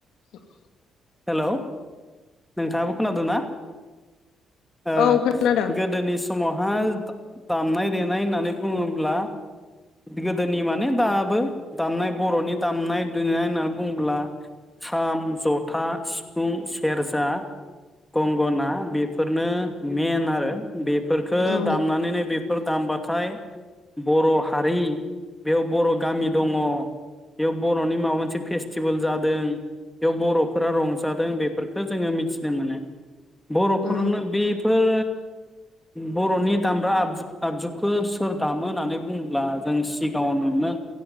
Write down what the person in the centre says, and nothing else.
हेलौ। नोंथाङाबो खोनादों ना? ओ
गोदोनि समावहाय दामनाय देनाय होननानै बुङोब्ला गोदोनि माने दाबो दामनाय बर'नि दामनाय दुनाय होननानै बुङोब्ला खाम, ज था, सिफुं, सेरजा, गंगना बेफोरनो मेन आरो। बेफोरखौ
दामनानैनो बे फोर दामबाथाय बर' हारि बेयाव बर' गामि दङ' बेयाव बर'नि माबा मोनसे फेस्टिभेल जादों बेयाव बर' फोरा रंजादों बेफोरखौ जोङो मिथिनो मोनो। बर'फोरनो
बेफोर बर'नि दामग्रा आबजु आगजुखौ सोर दामो होननानै बुंङोब्ला जों सिगाङाव नुनो